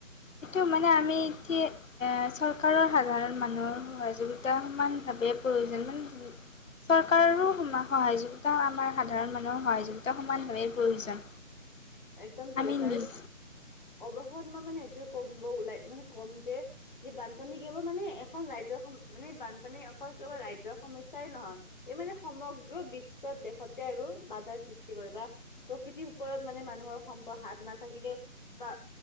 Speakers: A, on the left; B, on the left.
A: এইটো মানে আমি এতিয়া এ, চৰকাৰৰ সাধাৰণ মানুহৰ সহযোগিতা সমান ভাৱে প্ৰয়োজন <unintelligible> চৰকাৰৰো সহায়যোগিতা আমাৰ সাধাৰণ মানুহৰ সহায়যোগিতা সমানভাৱেই প্ৰয়োজন।
B: একদম ঠিক
A: আমি
B: কৈছা
A: নিজ
B: আৰু অৱশত মই মানে এইটোৱে ক'মব ওলাই মানে ক'ম যে যে বানপানী কেৱল মানে এখন ৰাজ্যৰ সম মানে বানপানী অকল কেৱল ৰাজ্যৰ সমস্যাই নহয় এই মানে সমগ্ৰ বিশ্বত দেশতে আৰু বাধাৰ সৃষ্টি কৰে বা প্ৰকৃতিৰ ওপৰত মানে মানুহৰ সম্প হাত নাথাকিলেও বা